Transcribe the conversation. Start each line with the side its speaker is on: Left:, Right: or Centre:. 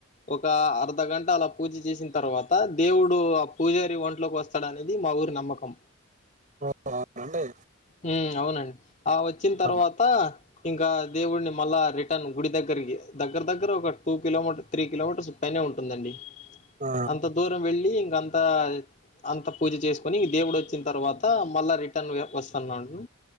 Left: ఒక అర్ధ గంట అలా పూజ చేసిన తర్వాత దేవుడు ఆ పూజారి ఒంట్లోకి వస్తాడు అనేది మా ఊరి నమ్మకం
Right: ఓ అవునా అండీ
Left: ఉమ్ అవునండి ఆ వచ్చిన
Right: ఆ
Left: తర్వాతా ఇంకా దేవుడిని మళ్ళా రిటర్న్ గుడి దగ్గరికి దగ్గర దగ్గర ఒక two kilometre three kilometres పైనే ఉంటుందండి
Right: ఆ
Left: అంత దూరం వెళ్ళి ఇ అంత అంత పూజ చేసుకుని దేవుడు వచ్చిన తర్వాత మళ్ళా రిటర్న్ వస్తున్నాడు